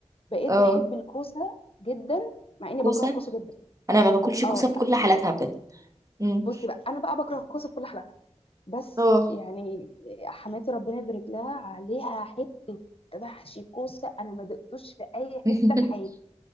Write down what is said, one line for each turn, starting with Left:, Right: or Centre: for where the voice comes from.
Left: بقيت
Right: آه.
Left: بحب الكوسه جدا مع اني
Right: كوسه
Left: بكره الكوسه جدا
Right: انا ما باكلش كوسه
Left: اه
Right: بكل
Left: لا
Right: حالاتها بجد مم.
Left: بصي بقى انا بقى بكره الكوسه بكل حالاتها بس
Right: اه
Left: يعني حماتي ربنا يبارك لها عليها حته محشي كوسه انا ما دقتوش في اي حته
Right: <laughs>
Left: في حياتي